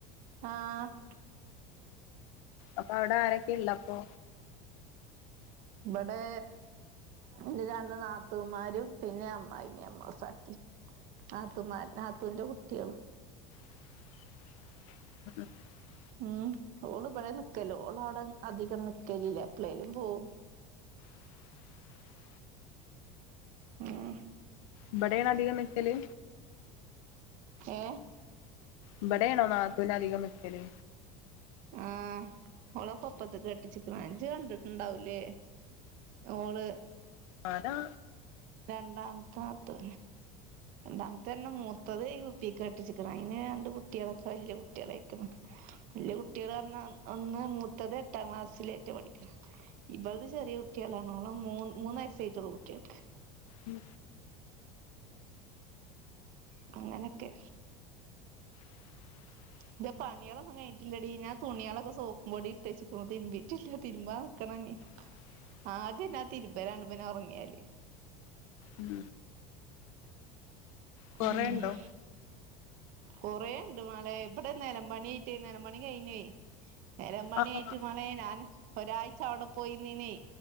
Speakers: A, on the right; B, on the left.
A: ആഹ
B: അപ്പൊ അവിടെ ആരൊക്കെ ഇള്ള അപ്പൊ
A: ഇടെ എന്റെ രണ്ട് നാത്തൂമാരും പിന്നെ അമ്മായിമ്മ അമ്മ സാങ്ക നാത്തുമാ നാത്തുവിന്റെ കുട്ടികൾ
B: <inaudible>
A: ഉം ഓള് ഇവിടെ നിക്കല് ഓൾ അവിടെ അധികം നിക്കലില്ല എപ്പളേലും പോവും
B: <inaudible>
A: ഉം
B: ഇവിടെയാണ് അധികം നിക്കല്
A: ഏ
B: ഇവിടെയാണോ നാത്തൂന് അധികം നിക്കല്
A: ആഹ് ഓള കൊപ്പത്ത് കെട്ടിച്ചിക്ക ഇജ് കണ്ടിട്ടുണ്ടാവൂലേ ഓള്
B: ആരാ
A: രണ്ടാമത്താത്ത് രണ്ടാമത്തന്നെ മൂത്തത് യു പിക്ക് കെട്ടിച്ചിക്കണ അയിന് രണ്ട് കുട്ട്യേളൊക്കെ വലിയ കുട്ട്യേളായ്ക്കണ് വെല്യ കുട്ട്യേള് പറഞ്ഞ ഒന്ന് മൂത്തത് എട്ടാം ക്ലാസ്സിലേറ്റ് പഠിക്കണ് ഇബൾത് ചെറിയ കുട്ട്യേളാണ് ഓളെ മൂ മൂന്ന് വയസ്സായിട്ടൊള്ളു കുട്ട്യേൾക്ക്
B: ഉം
A: ഉം അങ്ങനൊക്കെ
B: <inaudible>
A: ഇന്റെ പണിയേളൊന്നും കഴഞ്ഞിട്ടില്ലടി ഞാൻ തുണിയളൊക്കെ സോപ്പും പൊടി ഇട്ട് വെച്ച്കണു തിരുമ്പിട്ടില്ല തിരുമ്പ നിക്കണ ഇനി
B: <inaudible>
A: ആദ്യം ഞാൻ തിരുമ്പലാണ് പിന്നെ ഉറങ്ങിയാല്
B: ഉം കൊറേണ്ടോ
A: ഉം കൊറേണ്ട് മാളെ ഇപ്പതെ നിലംമ്പണിറ്റേ നിലമ്പണി കഴിഞ്ഞേ നെരംമ്പണിയായിട്ട്
B: ആഹ് ആഹ്
A: മാളേ ഞാൻ ഒരാഴ്ച അവിടെ പോയിന്നീനേ